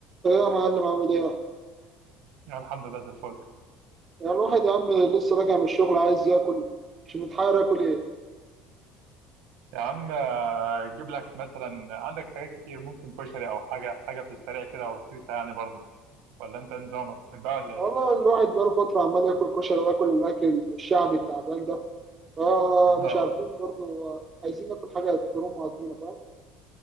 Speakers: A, on the right (about 20°); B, on the right (about 70°).
A: ايه يا معلم عامل ايه؟
B: الحمد لله زي الفل
A: يعني الواحد يا عم لسه راجع من الشغل عايز ياكل مش متحير ياكل ايه؟
B: يا عم آه، اجيب لك مثلا عندك حاجات كتير ممكن كشري او حاجه حاجه في السريع كده او رخيصه يعني برضه ولا انت إيه نظامك بتحبها ولا ايه؟
A: والله الواحد بقاله فترة عمال ياكل كشري وياكل الأكل الشعبي التعبان ده فمش
B: <laughs> آه،
A: عارفين برضه عايزين ناكل حاجة ترم عضمنا فاهم؟